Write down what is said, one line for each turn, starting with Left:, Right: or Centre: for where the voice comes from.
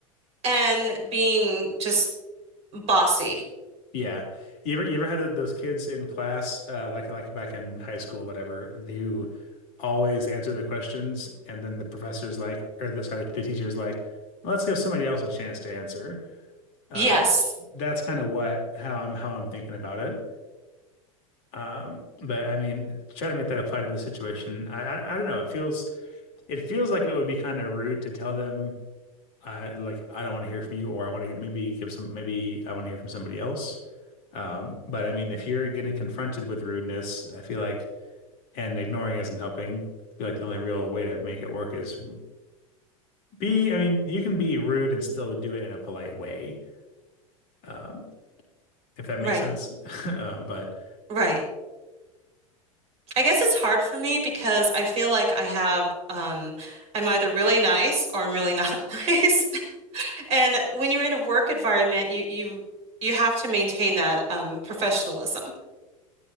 Right: and being just bossy.
Left: Yeah. You ever you ever had those kids in class, uh, like like back in high school, whatever, who always answer the questions, and then the professor's like, or the, sorry, the teacher's like, let's give somebody else a chance to answer. Um,
Right: Yes,
Left: that's kind of what how I'm how I'm thinking about it. Um, but I mean, try to make that apply to the situation. I, I I don't know. It feels it feels like it would be kind of rude to tell them, uh, like I don't want to hear from you, or I want to maybe give some maybe I want to hear from somebody else. Um, but I mean, if you're getting confronted with rudeness, I feel like, and ignoring isn't helping. I feel like the only real way to make it work is be, I mean, you can be rude and still do it in a polite way, um, if that
Right: right,
Left: makes sense. <laughs> Um, but
Right: right. I guess it's hard for me because I feel like I have um I'm either really nice or I'm really not <laughs> nice. And when you're in a work environment, you you you have to maintain that um professionalism.